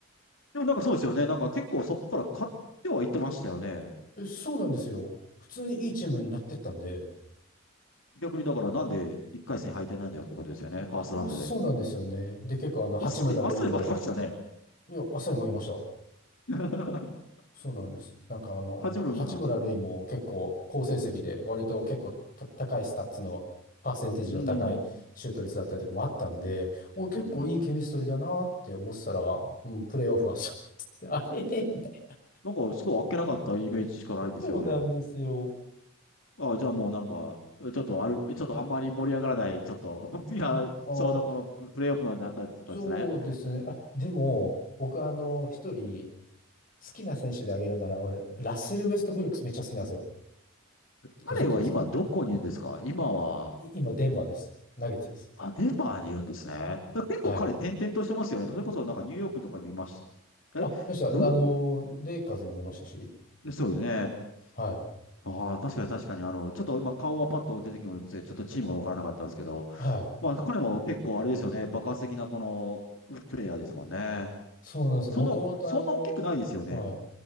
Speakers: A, on the left; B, on the left.
A: でもなんかそうですよね。なんか結構そこから買ってはいってましたよね。
B: えそうなんですよ。普通にいいチームになってったんで、
A: 逆にだからなんで1回戦敗退なんだよってことですよね。ファーストラウンドで。
B: いや、そうなんですよね。で、結構あの、八村塁も、
A: あっさり、あっさり負けましたよね。
B: いや、あっさり負けました。
A: <laughs>
B: そうなんです。なんかあの、
A: 八分、
B: 八村塁も結構好成績で、
A: うん。
B: 割と結構た高いスタッツの、パーセンテージの高いシュート率だったりとかもあったんで、
A: うん。
B: お、結構いいケミストリーだなって思ってたら、
A: うん。
B: うん、プレーオフはそうやってあれ <laughs> みたいな。
A: なんかすごいあっけなかったイメージしかないですよね。
B: そうなんですよ。
A: ああ、じゃあもうなんか、ちょっとある、ちょっとあんまり盛り上がらない、ちょっと、<laughs> いや、
B: あー、
A: ちょうどこのプレイオフのになったところですね。
B: そうですね。あ、でも、僕あの、一人好きな選手であげるなら、俺、ラッセル・ウェストブルックスめっちゃ好きなんですよ。
A: 彼は今どこにいるんですか今は、
B: ご存知ですかい今、デンバーです。ナゲッツです。
A: あ、デンバーにいるんですね。だ結構彼転々としてますよね。
B: はい。
A: それこそなんかニューヨークとかにもいました。
B: あ、
A: え、
B: いました。
A: ブル
B: あの、レイカーズにもいましたし。
A: ッそうよね。
B: はい。
A: ああ、確かに確かに、あの、ちょっと今顔はパッと出てきてるんですけど、ちょっとチームがわからなかったんですけど、
B: はい。
A: まあ彼も結構あれですよね、爆発的なこのプレイヤーですもんね。
B: そうなんですよ。
A: その、
B: もともと、
A: そんな大きくないですよね。
B: あの、はい。